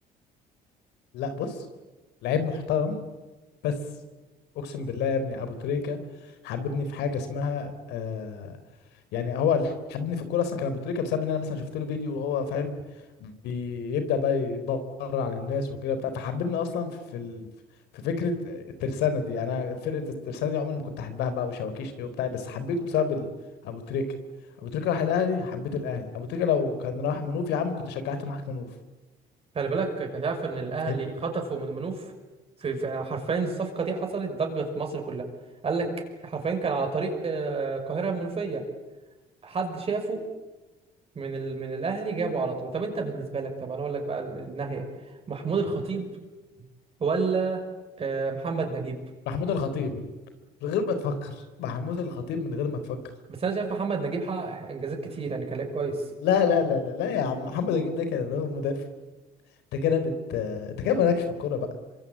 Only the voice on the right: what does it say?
خلي بالك ك- تعرف ان الاهلي
خطفوا من منوف في في- حرفيا الصفقه دي حصلت ضجه في مصر كلها قال لك حرفيا كان على طريق آه، القاهره المنوفيه حد شافه من ال... من الاهلي جابه على طول طب انت بالنسبه لك طب انا اقول لك بقى الناحيه محمود الخطيب ولا آه، محمد نجيب
بس انا شايف محمد نجيب حقق انجازات كتير يعني كان لعيب كويس